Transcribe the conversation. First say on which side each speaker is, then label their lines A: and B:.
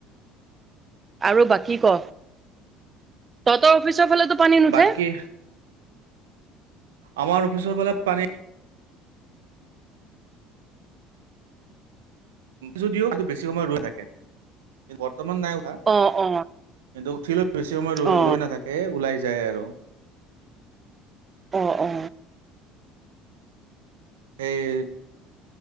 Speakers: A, on the right; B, on the right.
A: আৰু বাকী ক, তহতৰ অফিচৰ ফালেতো পানী নুঠে।
B: বাকী আমাৰ অফিচৰ ফালে পানী। যদিও বেছি সময় ৰৈ নাথাকে, কিন্তু বৰ্তমান নাই। হা,
A: অ অ
B: কিন্তু উঠিলেও বেছি সময় ৰৈ,
A: অ
B: ৰৈ নাথাকে ওলাই যায় আৰু।
A: অ-অ।
B: এই